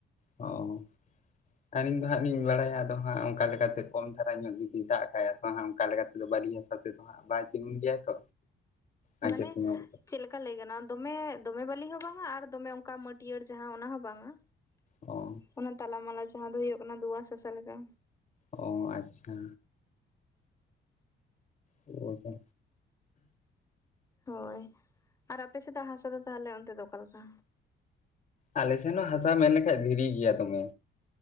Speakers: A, on the left (about 40°); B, on the left (about 15°).
A: ᱚᱻ ᱟᱨ ᱟᱹᱞᱤᱧ ᱫᱚ ᱦᱟᱸᱜ ᱞᱤᱧ ᱵᱟᱲᱟᱭᱟ, ᱟᱫᱚ ᱦᱟᱸᱜ ᱚᱱᱠᱟ ᱞᱮᱠᱟᱛᱮ ᱠᱚᱢ ᱫᱷᱟᱨᱟ ᱧᱚᱜ ᱡᱩᱫᱤ ᱫᱟᱜ ᱠᱷᱟᱭ ᱟᱫᱚ ᱦᱟᱸᱜ ᱟᱱᱠᱟ ᱞᱮᱠᱟ ᱛᱮᱫᱚ ᱵᱟᱹᱞᱤ ᱦᱟᱥᱟ ᱛᱮᱫᱚ ᱵᱟᱭ ᱛᱤᱜᱩᱱ ᱜᱮᱭᱟᱭ ᱛᱚ ᱟᱸᱡᱮᱫ
B: ᱢᱟᱱᱮ
A: ᱧᱚᱜ
B: ᱪᱮᱫ ᱞᱮᱠ ᱪᱮᱫ ᱠᱟ ᱞᱟᱹᱭ ᱜᱟᱱᱚᱜᱼᱟ ᱫᱚᱢᱮ ᱫᱚᱢᱮ ᱵᱟᱹᱞᱤ ᱦᱚᱸ ᱵᱟᱝᱟ ᱟᱨ ᱫᱚᱢᱮ ᱚᱱᱠᱟ ᱢᱟᱹᱴᱭᱟᱹᱲ ᱡᱟᱦᱟᱸ ᱚᱱᱟ ᱦᱚᱸ ᱵᱟᱝᱟ᱾
A: ᱚ᱾
B: ᱚᱱᱟ ᱛᱟᱞᱟᱢᱟᱞᱟ ᱡᱟᱦᱟᱸ ᱫᱚ ᱦᱩᱭᱩᱜ ᱠᱟᱱᱟ ᱫᱩᱭᱟᱥ ᱦᱟᱥᱟ ᱞᱮᱠᱟ᱾
A: ᱚ ᱟᱪᱪᱷᱟ, ᱚ ᱟᱪᱪᱷᱟ,
B: ᱦᱳᱭ ᱟᱨ ᱟᱯᱮ ᱥᱮᱫᱟᱜ ᱦᱟᱥᱟ ᱫᱚ ᱛᱟᱦᱚᱞᱮ ᱚᱱᱛᱮ ᱫᱚ ᱚᱠᱟ ᱞᱮᱠᱟ?
A: ᱟᱞᱮ ᱥᱮᱱ ᱦᱚᱸ ᱦᱟᱥᱟ ᱢᱮᱱ ᱞᱮᱠᱷᱟᱡ ᱫᱷᱤᱨᱤ ᱜᱮᱭᱟ ᱫᱚᱢᱮ᱾